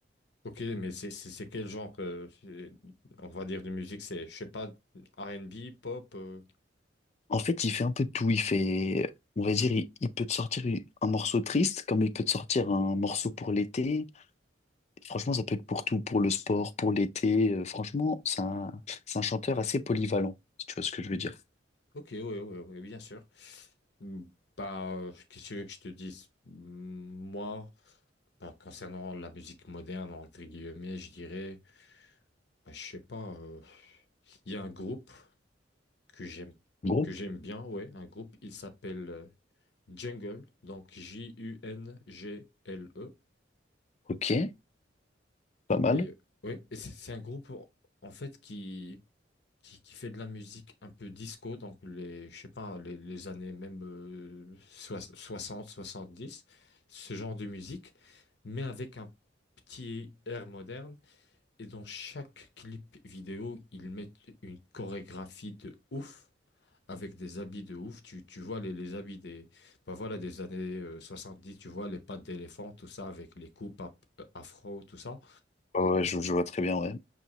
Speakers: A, on the left; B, on the left.
A: Ok, mais c'est c'est- c'est quel genre, euh, c'est- on va dire, de musique? C'est, je sais pas, R and B pop, euh,
B: En fait, il fait un peu de tout. Il fait, on va dire, il, il peut te sortir une- un morceau triste, comme il peut te sortir un morceau pour l'été. Franchement, ça peut être pour tout, pour le sport, pour l'été. Euh, franchement, c'est un, c'est un chanteur assez polyvalent, si tu vois ce que je veux dire.
A: Ok, oui, oui, oui, bien sûr. Hmm, Bah, euh, qu'est-ce que tu veux que je te dise? Hmm, Moi, bah, concernant la musique moderne, entre guillemets, je dirais, bah, je sais pas, euh, il y a un groupe que j'aime,
B: Gros,
A: que j'aime bien, ouais, un groupe, il s'appelle euh, Jungle, donc J-U-N-G-L-E.
B: ok, pas mal.
A: Et ouais, et c'est c'est un groupe en fait qui, qui qui fait de la musique un peu disco, donc les je sais pas les, les années même euh, soi- 60, 70, ce genre de musique, mais avec un petit air moderne. Et dans chaque clip vidéo, ils mettent une chorégraphie de ouf. Avec des habits de ouf, tu, tu vois les, les habits des, bah voilà, des années euh, dix tu vois les pattes d'éléphant, tout ça, avec les coupes ap- euh, afro, tout ça.
B: Ouais, ouais, je, je vois très bien, ouais.